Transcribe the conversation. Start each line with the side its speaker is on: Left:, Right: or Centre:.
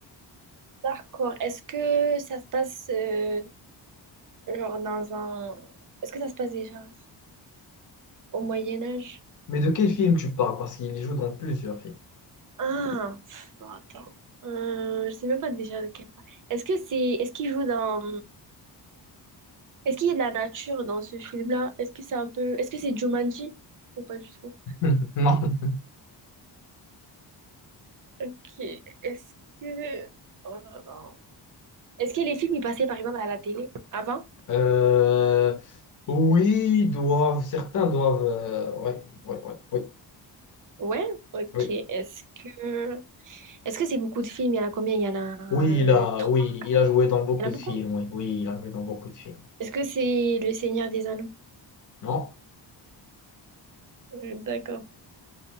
Right: D'accord. Est-ce que ça se passe euh, genre dans un est-ce que ça se passe déjà au Moyen Âge?
Left: Mais de quel film tu parles? Parce qu'il joue dans plusieurs films.
Right: Ah, pff, bon, attends. Euh, je sais même pas déjà de quel part. Est-ce que c'est est-ce qu'il joue dans Est-ce qu'il y a de la nature dans ce film-là? Est-ce que c'est un peu... Est-ce que c'est Jumanji? Ou pas du tout?
Left: <laughs> Non.
Right: Ok. Est-ce que... Oh là là. Est-ce que les films, ils passaient par exemple à la télé avant?
Left: Euh, oui, ils doivent, certains doivent. euh, ouais, ouais, ouais, oui,
Right: Ouais? Ok.
Left: oui.
Right: Est-ce que... Est-ce que c'est beaucoup de films? Il y en a combien? Il y en a
Left: Oui,
Right: euh,
Left: il a,
Right: trois.
Left: oui, il a joué dans beaucoup
Right: Il y en a
Left: de
Right: beaucoup.
Left: films. Oui, oui, il a joué dans beaucoup de films.
Right: Est-ce que c'est Le Seigneur des Anneaux?
Left: Non?
Right: Euh, D'accord.